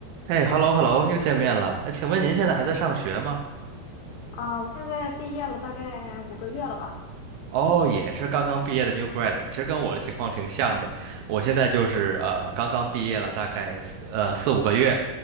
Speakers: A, on the right; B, on the left.
A: 哎，hello hello，又见面了。哎，请问您现在还在上学吗？
B: 嗯啊，我现在毕业了大概五个月了吧？
A: 哦，也是刚刚毕业的 new grad，其实跟我的情况挺像的。我现在就是呃，刚刚毕业了，大概四呃四五个月，